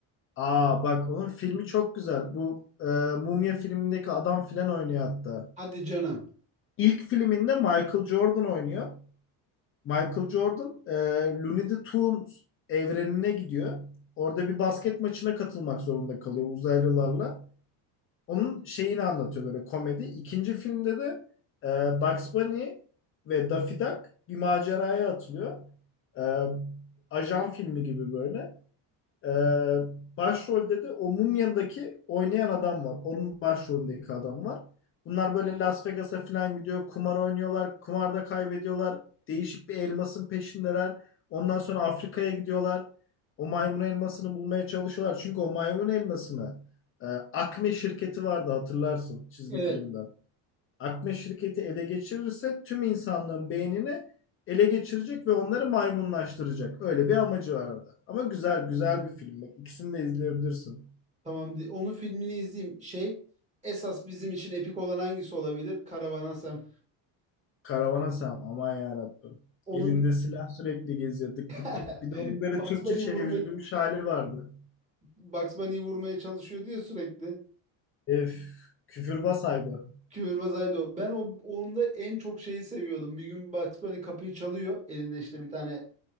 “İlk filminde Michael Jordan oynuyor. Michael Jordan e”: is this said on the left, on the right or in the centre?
Left